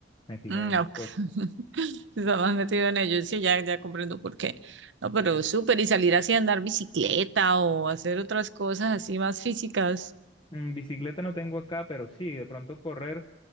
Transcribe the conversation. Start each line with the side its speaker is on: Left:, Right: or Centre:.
Left: me fijo
Right: Mm,
Left: en esas
Right: ok.
Left: cosas.
Right: <laughs> Estás más metido en ello. Sí, ya, ya comprendo por qué. No, pero súper. Y salir así a andar bicicleta o hacer otras cosas así más físicas.
Left: Mm, bicicleta no tengo acá, pero sí, de pronto correr